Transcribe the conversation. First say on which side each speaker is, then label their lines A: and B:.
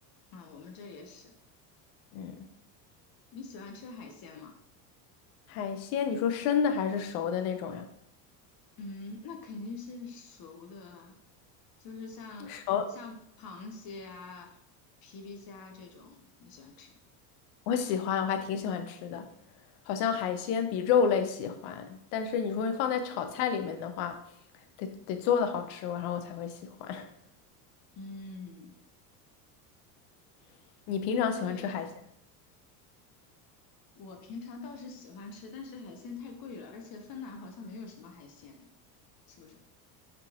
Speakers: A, on the left (about 45°); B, on the left (about 65°).
A: 啊，我们这也是。
B: 嗯，
A: 你喜欢吃海鲜吗？
B: 海鲜，你说生的还是熟的那种呀？
A: 嗯，那肯定是熟的啊，就是像像螃蟹啊、
B: 熟，
A: 皮皮虾这种，你喜欢吃吗？
B: 我喜欢，我还挺喜欢吃的，好像海鲜比肉类喜欢，但是你说放在炒菜里面的话，得得做的好吃，然后我才会喜欢。
A: 嗯，
B: <laughs> 你平常喜欢吃海鲜吗
A: 我也。我平常倒是喜欢吃，但是海鲜太贵了，而且芬兰好像没有什么海鲜，是不是？